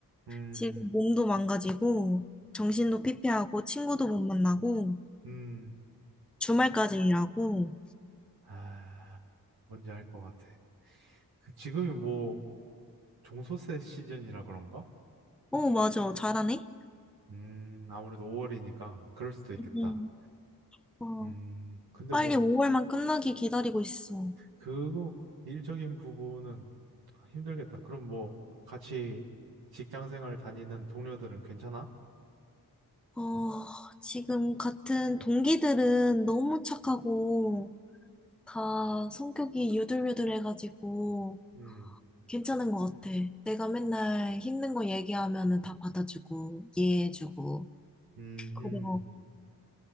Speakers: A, on the right (about 80°); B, in the centre.
A: 음,
B: 지금 몸도 망가지고 정신도 피폐하고 친구도 못 만나고
A: 음,
B: 주말까지 일하고
A: 아, 뭔지 알 것 같아. 그 지금이 뭐 종소세 시즌이라 그런가?
B: 어, 맞아. 잘하네.
A: 음, 아무래도 5월이니까 그럴 수도 있겠다.
B: 음. 어,
A: 음, 근데
B: 빨리
A: 뭐
B: 5월만 끝나길 기다리고 있어.
A: 그거 일적인 부분은 힘들겠다. 그럼 뭐 같이 직장 생활 다니는 동료들은 괜찮아?
B: 어, 지금 같은 동기들은 너무 착하고 다 성격이 유들유들해가지고
A: 음,
B: 괜찮은 것 같아. 내가 맨날 힘든 거 얘기하면은 다 받아주고 이해해주고
A: 음,
B: 그리고
A: 음,